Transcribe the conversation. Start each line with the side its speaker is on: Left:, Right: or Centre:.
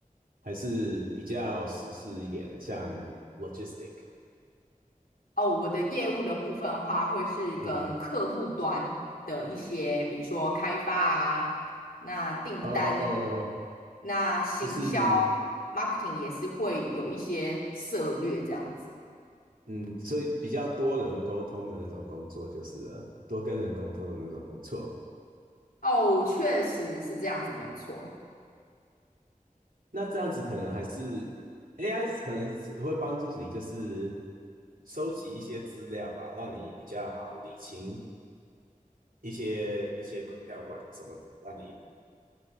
Right: 还是比较时事一点，像 logistic？
Left: 哦。我的业务的部分的话，会是跟客户端的一些，
Right: 嗯，
Left: 比如说开发啊，那订单啊，
Right: 呃呃呃，
Left: 那行销
Right: 就是
Left: marketing 也是会有一些策略这样子。
Right: 嗯所以比较多人沟通的那种工作就是了多跟人沟通的那种工作。
Left: 哦，确实是这样子，没有错。
Right: 那这样子可能还是 AI 可能只会帮助你，就是收集一些资料吧，让你比较好理清一些一些条款什么的，让你